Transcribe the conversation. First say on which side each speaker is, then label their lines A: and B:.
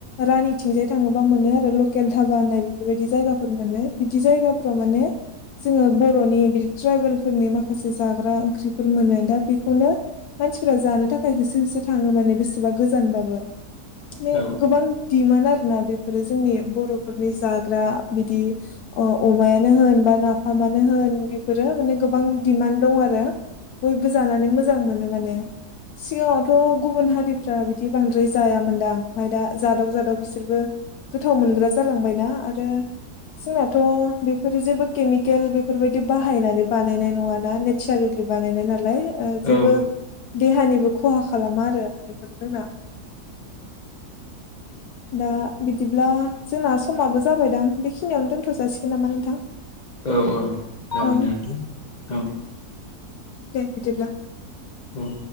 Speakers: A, on the left (about 75°); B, on the left (about 30°).
A: रानिथिंजाय थाङो बा मोनो आरो लकेल धाबा होननाय बेफोरबायदि जायगाफोर मोनो बिदि जायगाफोराव माने जोङो बर'नि बिदि ट्राइबेलफोरनि माखासे जाग्रा ओंख्रिफोर मोनो दा बेखौनो मानसिफोरा जानो थाखाय होसो होसो थाङो माने बेसेबा गोजानबाबो। माने
B: औ
A: गोबां डिमान्ड आरो ना बेफोरो जोंनि बर' फोरनि जाग्रा बिदि अ-अमायानो होन बा नाफामानो होन बेफोरो माने गोबां दिमान्ड दं आरो बयबो जानानै मोजां मोनो माने। सिगाङावथ' गुबुन हारि फ्रा बिदि बांद्राय जायामोनदां ओमफ्राय दा जादाव जादाव बिसोरबो गोथाव मोनग्रा जालांबायना आरो जोंनाथ' बेफोरो जेबो केमिकेल बेफोरबायदि बाहायनानै बानायनाय नङाना नेचारेल बानायनाय नालाय ओ
B: औ
A: जेबो देहानिबो खहा खालामा आरो बेफोर जोंना।
B: <inaudible>
A: दा बिदिब्ला जोंना समाबो जाबायदां बेखिनियावनो दोनथ' जासिगोन नामा नोंथां?
B: औ औ जागोन
A: औ
B: दे औ।
A: दे बिदिब्ला
B: औ औ